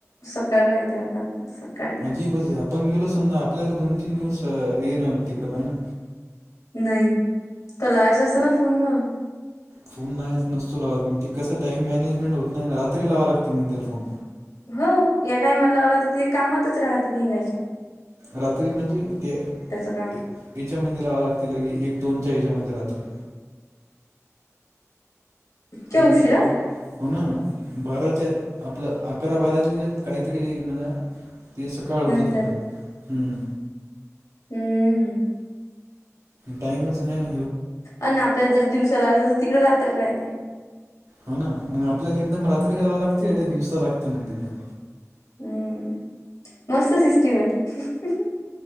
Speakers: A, on the left (about 85°); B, on the right (about 70°).
A: सकाळ राहते आता आता सकाळी.
B: अजीबच आहे आपण गेलो समजा आपल्याला दोन तीन दिवस हे नाही तिकडं पाहिना
A: नाही तलायच असत ना फोन वर.
B: फोन नाही नसतो लावत मी त कस टाइम मॅनेजमेंट होत नाही ना रात्री लावाव लागते म्हणे त्याला फोन.
A: हा या टायमला लावला तर ते कामातच राहते नीघाईच्या.
B: रात्री म्हणजे ते
A: काम
B: याच्यामध्ये लावाव लागत एक दोनच्या याच्यामध्ये. रात्री.
A: इतक्या
B: म्हणून
A: उशिरा
B: कुठं हो ना. बाराच्यात आपलं अकरा बाराचीत काहीतरी म्हण ति सकाळ होती
A: नंतर
B: तिकडं हम्म.
A: हम्म हम्म.
B: टाइमच नाही आणि
A: अन आपल्याला जर दिवसाला असेल तर तिकडे रात्र राहते.
B: हो ना मग आपल्याला एकदम रात्री लावाव लागते तिकडे दिवसा लागते मग तिकड.
A: हम्म मस्त सिस्टीम आहे.